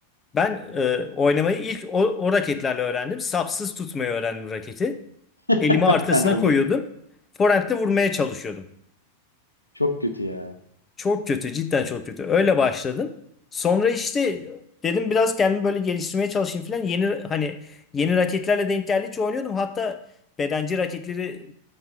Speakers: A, on the left; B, on the left.
A: Ben
B: Aha.
A: e, oynamayı ilk o, o raketlerle öğrendim. Sapsız tutmayı öğrendim raketi.
B: <laughs>
A: Elimi arkasına
B: Ben oldur.
A: koyuyordum. Forehand'le vurmaya çalışıyordum.
B: Çok kötü ya.
A: Çok kötü, cidden çok kötü. Öyle başladım. Sonra işte dedim biraz kendimi böyle geliştirmeye çalışayım falan. Yeni hani yeni raketlerle denk geldikçe oynuyordum. Hatta bedenci raketleri